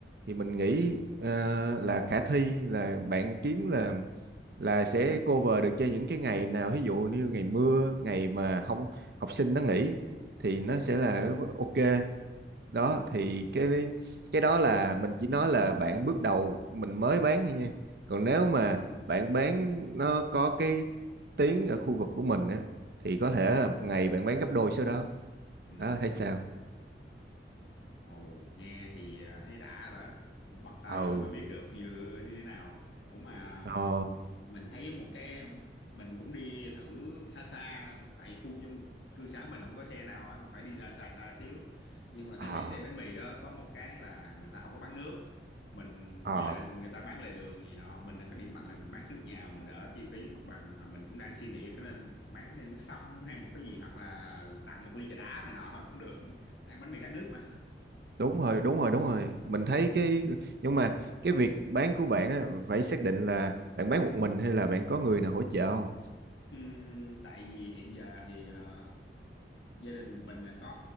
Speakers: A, on the right; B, on the left.
A: thì mình nghĩ ờ, là khả thi là bạn kiếm là là sẽ cover được cho những cái ngày nào ví dụ như ngày mưa, ngày mà không học sinh nó nghỉ thì nó sẽ là ok đó
B: ừ
A: thì cái cái đó là mình chỉ nói là bạn bước đầu mình mới bán thôi nha còn
B: ừ
A: nếu mà bạn bán nó có cái tiếng ở khu vực của mình á thì có
B: ừ
A: thể là một ngày bạn bán gấp đôi số đó
B: ừ
A: đó thấy sao
B: ồ nghe thì à, thấy đã rồi đó bắt tay
A: ừ
B: vô mới biết được như thế nào ủa mà
A: ờ
B: mình thấy một cái mình cũng đi thử xa xa tại khu chung cư xá mình không có xe nào á, mình phải đi ra xa xa xíu nhưng mà thấy
A: ờ
B: mấy xe bánh mì đó có một cái là người ta không có bán nước mình
A: ờ
B: với lại người ta bán lề đường gì nọ mình là có điểm mạnh là mình bán trước nhà mình đỡ chi phí mặt bằng mà mình cũng đang suy nghĩ có nên bán thêm nước sâm hay một cái gì hoặc là tặng một ly trà đá này nọ thôi cũng được <laughs> ăn bánh mì khát nước mà
A: đúng rồi đúng rồi đúng rồi mình thấy cái nhưng mà cái việc bán của bạn á, phải xác định là bạn bán một mình hay là bạn có người nào hỗ trợ không
B: Ừm, tại vì hiện giờ thì ờ, gia đình mình là có